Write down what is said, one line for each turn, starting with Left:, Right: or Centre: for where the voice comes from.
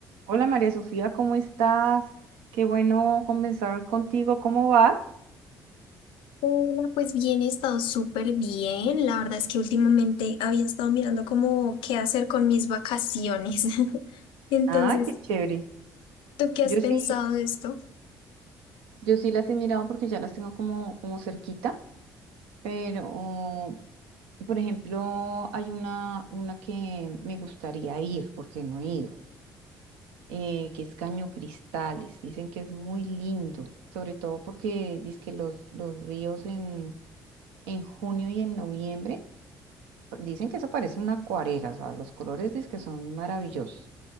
Right: Hola María Sofía, ¿cómo estás? Qué bueno conversar contigo, ¿cómo vas?
Left: Hola, pues bien, he estado súper bien. La verdad es que últimamente había estado mirando como qué hacer con mis vacaciones. <laughs> Entonces,
Right: Ay, qué chévere.
Left: ¿tú qué has
Right: Yo
Left: pensado
Right: sí,
Left: de esto?
Right: yo sí las he mirado porque ya las tengo como, como cerquita, pero por ejemplo, hay una, una que me gustaría ir porque no he ido, eh, que es Caño Cristales. Dicen que es muy lindo, sobre todo porque dicen que los, los ríos en, en junio y en noviembre, dicen que eso parece una acuarela, o sea, los colores dicen que son maravillosos.